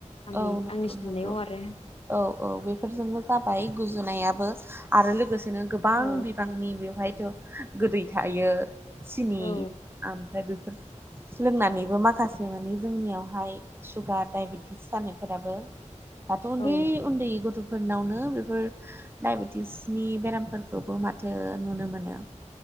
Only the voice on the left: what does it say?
आंनि
आंनि साननायाव
आरो
औ
औ
औ